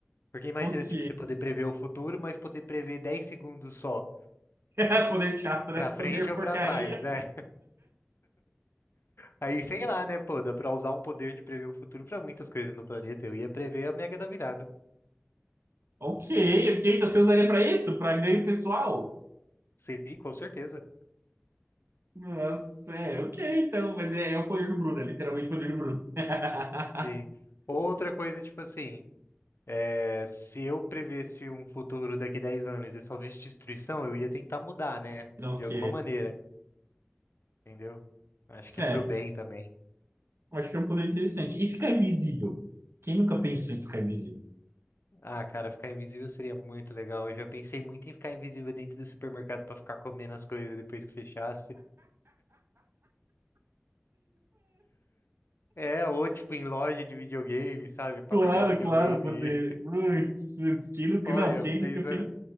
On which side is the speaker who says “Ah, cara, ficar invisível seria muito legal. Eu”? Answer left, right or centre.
Left